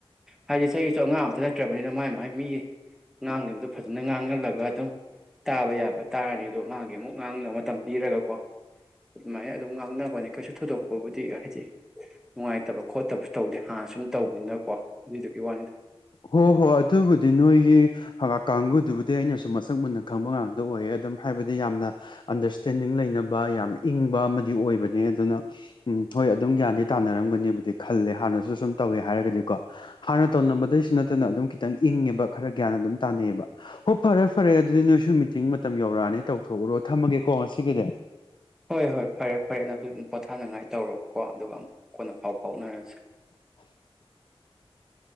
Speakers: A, in the centre; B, on the left.
A: ꯍꯥꯏꯗꯤ ꯆꯍꯤꯁꯨ ꯑꯉꯥꯡ ꯑꯝꯇ ꯅꯠꯇ꯭ꯔꯕꯅꯤꯅ ꯃꯥꯏ ꯃꯥꯏ ꯃꯤꯒꯤ ꯉꯥꯡꯉꯤꯕꯗꯣ ꯐꯖꯅ ꯉꯥꯡꯍꯜꯂꯒ ꯑꯗꯨꯝ ꯇꯥꯕ ꯌꯥꯕ ꯇꯥꯔꯅꯤ ꯑꯗꯣ ꯃꯥꯒꯤ ꯑꯃꯨꯛ ꯉꯥꯡꯅꯕ ꯃꯇꯝ ꯄꯤꯔꯒꯀꯣ ꯑꯗꯨꯃꯥꯏꯅ ꯑꯗꯨꯝ ꯉꯥꯡꯅꯕꯅꯦ ꯀꯩꯁꯨ ꯊꯣꯏꯗꯣꯛꯄꯕꯨꯗꯤ ꯍꯥꯏꯗꯤ ꯅꯨꯡꯉꯥꯏꯇꯕ ꯈꯣꯠꯇꯕꯁꯨ ꯇꯧꯗꯦ ꯍꯥꯟꯅ ꯁꯨꯝ ꯇꯧꯕꯅꯤꯅꯀꯣ ꯑꯗꯨꯗꯨꯒꯤ ꯋꯥꯅꯤꯗ
B: ꯍꯣ ꯍꯣꯏ ꯑꯗꯨꯕꯨꯗꯤ ꯅꯣꯏꯒꯤ ꯀꯥꯡꯒꯨꯗꯨꯕꯨꯗꯤ ꯑꯩꯅꯁꯨ ꯃꯁꯛ ꯃꯨꯟꯅ ꯈꯪꯕ ꯉꯥꯛꯇ ꯑꯣꯏꯌꯦ ꯑꯗꯨꯝ ꯍꯥꯏꯕꯗꯤ ꯌꯥꯝꯅ ꯑꯟꯗꯔꯁꯇꯦꯟꯗꯤꯡ ꯂꯩꯅꯕ ꯌꯥꯝ ꯏꯪꯕ ꯑꯃꯗꯤ ꯑꯣꯏꯕꯅꯦ ꯑꯗꯨꯅ ꯎꯝ ꯍꯣꯏ ꯑꯗꯨꯝ ꯒ꯭ꯌꯥꯟꯗꯤ ꯇꯥꯅꯔꯝꯒꯅꯤꯕꯨꯗꯤ ꯈꯜꯂꯦ ꯍꯥꯟꯅꯁꯨ ꯁꯨꯝ ꯇꯧꯋꯦ ꯍꯥꯏꯔꯒꯗꯤꯀꯣ ꯍꯥꯟꯅ ꯇꯧꯅꯕꯗꯩꯁꯨ ꯅꯠꯇꯅ ꯑꯗꯨꯝ ꯈꯤꯇꯪ ꯏꯪꯉꯦꯕ ꯈꯔ ꯒ꯭ꯌꯥꯟ ꯑꯗꯨꯝ ꯇꯥꯟꯅꯩꯑꯕ ꯍꯣꯏ ꯐꯔꯦ ꯐꯔꯦ ꯑꯗꯨꯗꯤ ꯅꯣꯏꯁꯨ ꯃꯤꯇꯤꯡ ꯃꯇꯝ ꯌꯧꯔꯛꯑꯅꯤ ꯇꯧꯊꯣꯛꯎꯔꯣ ꯊꯝꯃꯒꯦꯀꯣ ꯉꯁꯤ <unintelligible>
A: ꯍꯣꯏ ꯍꯣꯏ ꯐꯔꯦ ꯐꯔꯦ ꯅꯪꯁꯨ ꯑꯗꯨꯝ ꯄꯣꯊꯥꯅꯉꯥꯏ ꯇꯧꯔꯣꯀꯣ ꯑꯗꯨꯒ ꯑꯃꯨꯛ ꯀꯣꯟꯅ ꯐꯥꯎ ꯐꯥꯎꯅꯔꯁꯤ
B: <unintelligible>